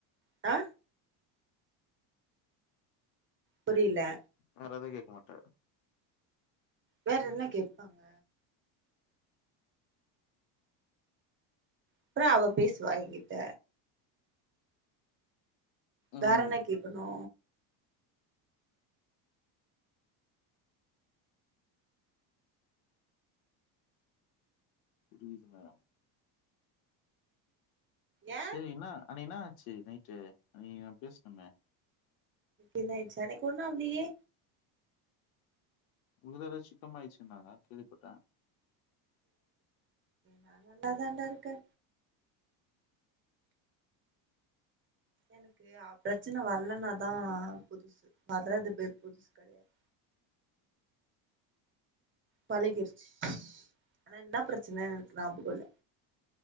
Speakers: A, on the right; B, on the left.
A: ஆ புரில்ல
B: வேற எது கேக்க மாட்டே
A: வேற என்ன கேப்பாங்க அப்புறோ அவ பேசுவா எங்கிட்ட வேற
B: ம்
A: என்ன கேக்கணு
B: புரிதுங்கே
A: ஏ
B: செரி என அன்னைக்கி என்னா ஆச்சு நைட்டு நீ பேசுணோமே
A: இன்னாய்ச்சு அனைக் கொன்னு ஆவ்லயே
B: உறுதல சிக்கம்மாயிச்சுனாரா கேள்விபட்டடே
A: நா நல்ல தான்டா இருக்கே எனக்கு ப்ரச்சன வர்லனாதா புதுசு வர்றது பேய் புதுசு கிடயாது பழகிருச்சு ஆனா என்னா ப்ரச்சன எனக்கு ஞாபகோ இல்ல